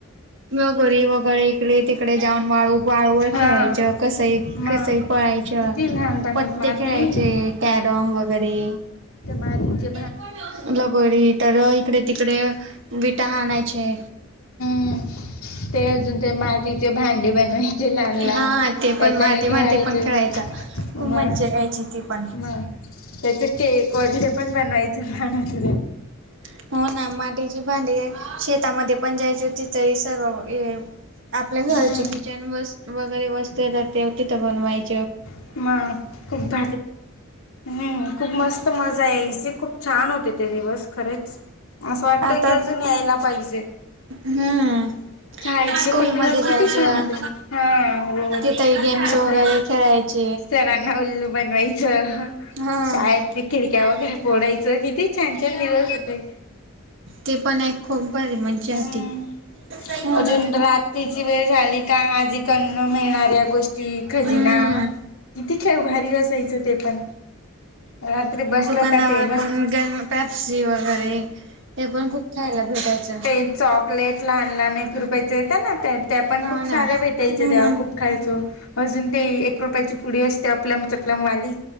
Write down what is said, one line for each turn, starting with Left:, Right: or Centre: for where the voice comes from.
Right: <inaudible> मगगरी वगैर इकडे तिकडे जाऊन वाळू वाळूवरळ
Left: हा
Right: खेळायचं कसही
Left: मग
Right: कसही पळायच
Left: किती
Right: <inaudible>
Left: लहानपणात
Right: <inaudible> पत्ते
Left: माती
Right: खेळायचे कॅरम वगैरे
Left: <inaudible> तचे
Right: <inaudible> लगोरी तर इकडे तिकडे विटा हाायचे
Left: हम <inaudible> ते अजून ते मातीचे भांडे बनवायचे लहान लहान
Right: हा ते
Left: त्याच्याने
Right: पण माती
Left: खेळायच
Right: माती पण
Left: <inaudible>
Right: खेळायच्या
Left: म
Right: खूप मज्जा यायची ती पण
Left: म त्याच केक वगैरे पण बनवायच लहानक <inaudible>
Right: <inaudible> हो ना माटीची भांडी शेतामध्ये पण जायची तिथही सर्व हे आपल्या घरचे
Left: हम्म
Right: किचन वस् वगैरे वस्तू येतात ते तिथं बनवायची
Left: <inaudible> म खूप भ हम्म खूप मस्त मजा आहे इची खूप <inaudible> छान होते ते दिवस खरंच असं वाटतं
Right: आता
Left: की अजून यायला पाहिजे
Right: <inaudible> हम्म
Left: शाळेतले
Right: <inaudible> स्कूल
Left: पण दिवस
Right: मध्ये जायचं
Left: किती छान होते हा रोज
Right: तिथही गेम्स
Left: तिथले
Right: वगैरे खेळायच
Left: सरांना उल्लू बनवायचं
Right: हा
Left: शाळेत खिडक्या
Right: <inaudible>
Left: वगैरे फोडायचं किती छान छान दिवस होते <inaudible>
Right: ते पण एक खूप भारी
Left: <inaudible>
Right: मज्जा
Left: हम्म
Right: होती हो
Left: अजून
Right: ना
Left: रात्रीची वेळ झाली का आज क मिळणाऱ्या गोष्टी खजिना
Right: हम्म
Left: किती खेळ री असायचं ते पण रात्री बसलो
Right: दुकानावर
Left: का ते मस्त
Right: पण गर पॅप्सी वगैरे ते पण खूप खायला भेटायचे
Left: ते चॉकलेट लहान लहान एक रुपयायचेेत ना त्या पण
Right: हा
Left: खूप
Right: ना
Left: साऱ्या भेटायचे
Right: हो
Left: तेव
Right: ना
Left: खूप खा अजून ते एक रुपयाची पुडी असते आपपल्याम चपलम वाली